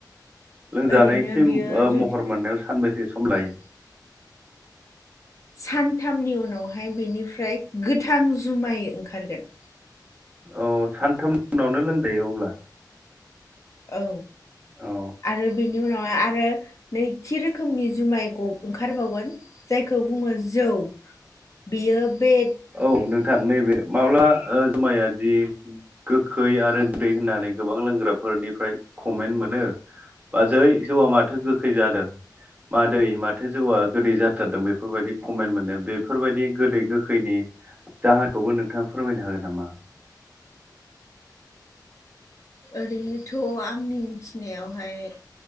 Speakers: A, on the right; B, on the left.
A: लोंजानायसिम
B: ओरैनो बियो
A: ओ
B: जुदि
A: महर मोननायाव सान बेसे सम लायो?
B: सानथामनि उनावहाय बेनिफ्राय गोथां जुमाय ओंखारगोन।
A: अ सानथाम उनावनो लोंजायो अब्ला।
B: औ
A: अ
B: आरो बेनि उनाव आ आरो नैथि रोखोमनि जुमाइ ग' ओंखारबावगोन जायखौ बुङो जौ बियो बे
A: औ नोंथां नैबे माब्ला ओ जुमाया दि गोखै आरो गोदै होननानै गोबां लोंग्राफोरनिफ्राय कमेन्ट मोनो। बाजै जौआ माथो गोखै जादों मादै माथो जौआ गोदै जाथारदों बेफोरबायदि कमेन्ट मोनो बेफोरबायदि गोदै गोखैनि जाहोनखौबो नोंथाङा फोरमायनो हागोन नामा?
B: ओरैनोथ' आंनि मिथिनायावहाय